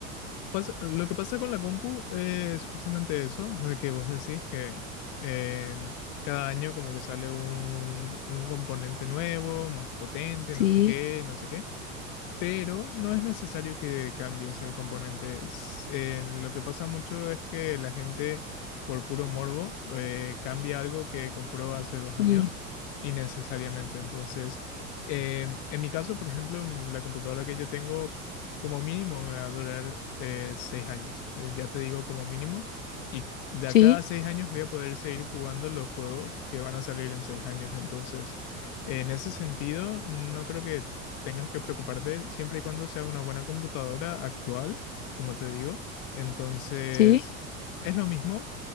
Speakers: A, on the left (about 45°); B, on the left (about 70°).
A: Pasa- lo que pasa con la compu es justamente eso, de que vos decís que en cada año como que sale un, un componente nuevo, más potente,
B: Sí,
A: no sé qué, no sé qué. pero no es necesario que cambies el componente. S- eh, lo que pasa mucho es que la gente, por puro morbo, eh, cambia algo que compró hace dos
B: sí,
A: años innecesariamente. Entonces, eh, en mi caso, por ejemplo, mm, la computadora que yo tengo, como mínimo me va a durar eh, seis años. Eh, ya te digo, como mínimo. Y de
B: sí,
A: acá a seis años voy a poder seguir jugando los juegos que van a salir en seis años. Entonces, en ese sentido, no creo que tengas que preocuparte siempre y cuando sea una buena computadora actual, como te digo. Entonces,
B: sí,
A: es lo mismo,